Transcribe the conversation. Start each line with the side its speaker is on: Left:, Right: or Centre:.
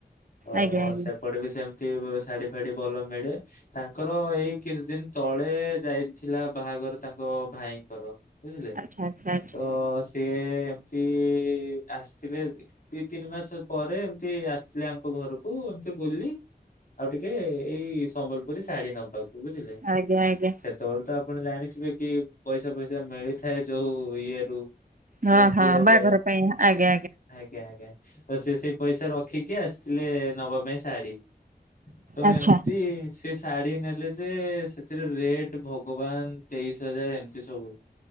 Left: ତ
Right: ଆଜ୍ଞା ଆଜ୍ଞା
Left: ସେ ପଟେ ବି ସେମିତି ଶାଢ଼ୀ ଫାଡ଼ି ଭଲ ମିଳେ ତାଙ୍କର ଏଇ କିଛି ଦିନ ତଳେ ଯାଇଥିଲା ବାହାଘର ତାଙ୍କ ଭାଇଙ୍କର ବୁଝିଲେ,
Right: ଆଚ୍ଛା ଆଚ୍ଛା ଆଚ୍ଛା।
Left: ତ ସିଏ ଏମତି ଆସିଥିଲେ ଦି ତିନି ମାସ ପରେ ଏମତି ଆସିଥିଲେ ଆଙ୍କ ଘରକୁ ଏମିତି ବୁଲି ଆଉ ଟିକେ ଏଇ ସମ୍ବଲପୁରୀ ଶାଢ଼ୀ ନବାକୁ ବୁଝିଲେ
Right: ଆଜ୍ଞା ଆଜ୍ଞା
Left: ସେତେବେଳେ ତ ଆଉ ଆପଣ ଜାଣିଥିବେ କି ପଇସା ଫଇସା ମିଳିଥାଏ ଯୋଉ ଇଏ ରୁ
Right: ହଁ
Left: ଯୋଉ
Right: ହଁ
Left: ଦିଆଯାଏ।
Right: ବାହାଘର ପାଇଁ ଆଜ୍ଞା
Left: ଆଜ୍ଞା, ଆଜ୍ଞା। ତ ସେ ସେଇ ପଇସା ରଖିକି ଆସିଥିଲେ ନବା ପାଇଁ ଶାଢ଼ୀ। ତ
Right: ଆଚ୍ଛା।
Left: ଏମତି ସେ ଶାଢ଼ୀ ନେଲେ ଯେ ସେଥିରେ ରେଟ୍ ଵ ଭଗବାନ ତେଇଶି ହଜାର ଏମିତି ସବୁ